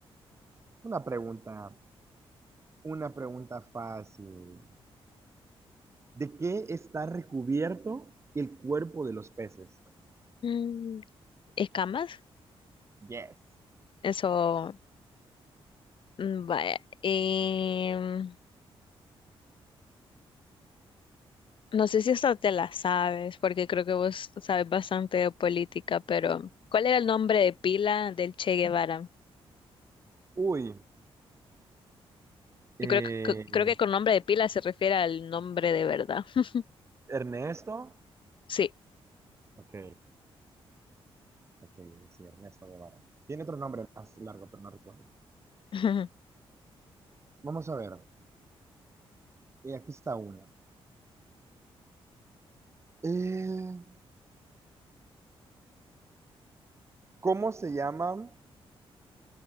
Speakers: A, on the right; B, on the left.
A: pregunta, una pregunta fácil. ¿De qué está recubierto el cuerpo de los peces?
B: Mm, ¿Escamas?
A: Yes.
B: Eso, mm, vaya. Em, no sé si esta te la sabes, porque creo que vos sabes bastante de política, pero ¿cuál era el nombre de pila del Che Guevara?
A: Uy, eh,
B: Y creo que, que- creo que con nombre de pila se refiere al nombre de verdad. <laughs>
A: Ernesto.
B: Sí.
A: Ok. Ok, sí, Ernesto Guevara. Tiene otro nombre más largo, pero no recuerdo.
B: <laughs>
A: Vamos a ver. eh, aquí está una. Eh, ¿cómo se llama